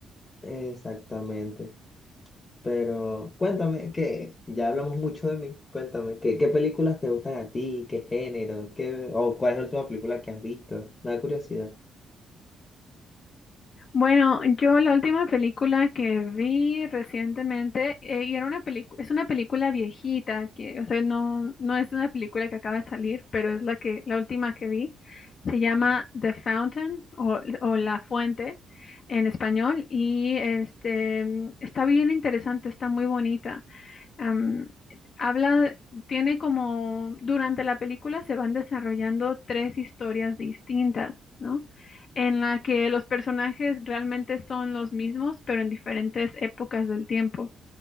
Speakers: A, on the left (about 25°); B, on the left (about 45°).
A: exactamente. Pero cuéntame, que ya hablamos mucho de mí, cuéntame, ¿qué, qué películas te gustan a ti? ¿Qué género? ¿Qué, o cuál es la última película que has visto? Me da curiosidad.
B: Bueno, yo la última película que vi recientemente, eh, y era una película, es una película viejita, que, o sea, no, no es una película que acaba de salir, pero es la que, la última que vi. Se llama The Fountain o, o La Fuente en español. Y este mm, está bien interesante, está muy bonita. Am, habla, tiene como, durante la película se van desarrollando tres historias distintas, ¿no? en la que los personajes realmente son los mismos, pero en diferentes épocas del tiempo.